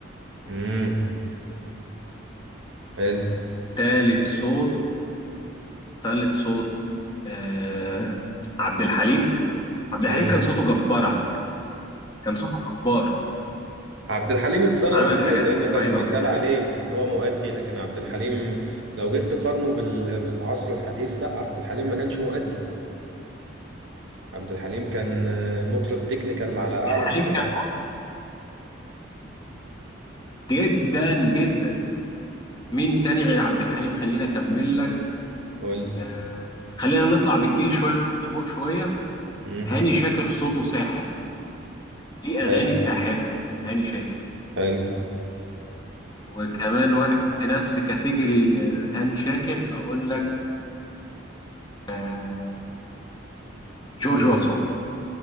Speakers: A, on the right; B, on the left.
A: امم حلو
B: تالت صوت تالت صوت آه عبد الحليم عبد
A: امم
B: الحليم كان صوته جبار على فكرة كان صوته جبار
A: عبد الحليم اتظلم
B: عمل
A: كتير
B: حاجات
A: لانه كان
B: رهيبة
A: بيتقال
B: عبد الحليم
A: عليه ف- ان هو مؤدي لكن عبد الحليم لو جيت تقارنه بال... بالعصر الحديث لا عبد الحليم ما كانش مؤدي عبد الحليم كان آه، مطرب تكنيكال على
B: عبد
A: اعلى
B: الحليم
A: مستوى
B: كان مطرب جدا جدا مين تاني غير عبد الحليم خلينا أكمل لك
A: قول لي
B: آه خلينا نطلع بالجيل شوية نحط فوق شوية
A: امم
B: هاني شاكر صوته ساحر ليه
A: حلو
B: أغاني ساحرة هاني شاكر
A: حلو
B: وكمان واحد في نفس كاتيجوري آه، هاني شاكر اقول لك آه، جورج
A: مم.
B: وسوف